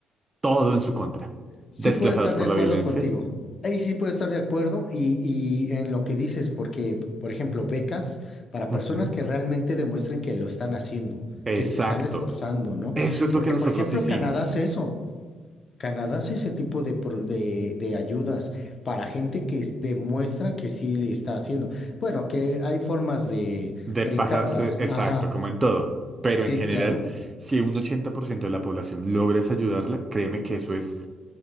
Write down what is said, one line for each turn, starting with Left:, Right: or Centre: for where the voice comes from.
Right: todo en su contra.
Left: Sí
Right: Desplazados
Left: puedo estar
Right: por
Left: de acuerdo
Right: la violencia.
Left: contigo. Ahí sí puedo estar de acuerdo y, y en lo que dices, porque, por ejemplo, becas para
Right: ujú,
Left: personas que realmente demuestren que lo están haciendo,
Right: Exacto.
Left: que se están esforzando, ¿no?
Right: Eso es
Left: Porque,
Right: lo que nosotros
Left: por ejemplo,
Right: hicimos.
Left: Canadá hace eso. Canadá hace ese tipo de, pro- de, de ayudas para gente que es- demuestra que sí le está haciendo. Bueno, que hay formas de
Right: De
Left: brincarlas.
Right: pasarse, exacto,
Left: Ajá,
Right: como en todo. Pero
Left: sí,
Right: en general,
Left: claro.
Right: si un 80% de la población logras ayudarla, créeme que eso es,